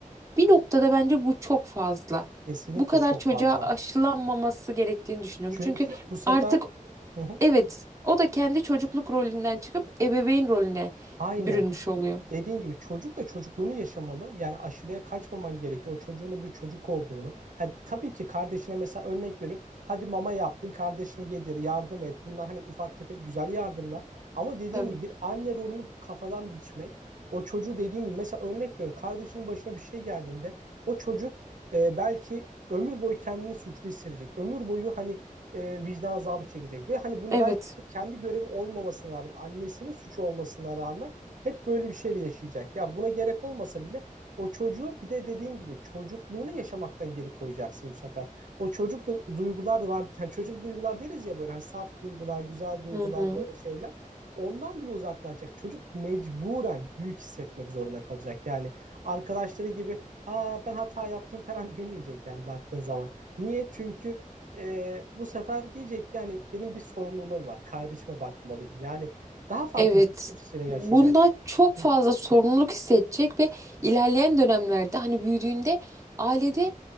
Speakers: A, on the right (about 20°); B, on the right (about 65°).
A: Bir noktada bence bu çok fazla.
B: Kesinlikle
A: Bu kadar
B: çok
A: çocuğa
B: fazla.
A: aşılanmaması gerektiğini düşünüyorum.
B: Çünkü
A: Çünkü
B: bu sefer
A: artık
B: Hı hı.
A: evet o da kendi çocukluk rolünden çıkıp ebeveyn rolüne
B: Aynen.
A: bürünmüş oluyor.
B: dediğin gibi çocuk da çocukluğunu yaşamalı. Yani aşırıya kaçmaman gerekiyor. O çocuğun da bir çocuk olduğunu. Hadi, tabii ki kardeşine mesela örnek veriyorum. Hadi mama yaptın, kardeşine yedir, yardım et. Bunlar hani ufak tefek güzel yardımlar. Ama dediğin
A: Tabii.
B: gibi bir anne rolünü kafadan biçmek. O çocuğu dediğin gibi mesela örnek veriyorum. Kardeşinin başına bir şey geldiğinde o çocuk e, belki ömür boyu kendini suçlu hissedecek. Ömür boyu hani e, vicdan azabı çekecek. Ve hani bunu
A: Evet.
B: belki de kendi görevi olmamasına rağmen, annesinin suçu olmasına rağmen hep böyle bir şeyle yaşayacak. Ya buna gerek olmasa bile o çocuğu bir de dediğin gibi çocukluğunu yaşamaktan geri koyacaksın bu sefer. O çocuk da- duygular var. Yani çocuk duygular deriz ya böyle hani saf duygular, güzel duygular
A: Hı hı.
B: böyle şeyler. Ondan bile uzaklaşacak. Çocuk mecburen büyük hissetmek zorunda kalacak. Yani arkadaşları gibi aa ben hata yaptım <laughs> falan demeyecek yani baktığın zaman. Niye? Çünkü e, bu sefer diyecek ki yani benim bir sorumluluğum var. Kardeşime bakmalıyım. Yani daha farklı
A: Evet.
B: bir bakış açısıyla yaşayacak.
A: Bundan çok fazla
B: Hı hı,
A: sorumluluk hissedecek ve ilerleyen dönemlerde hani büyüdüğünde ailede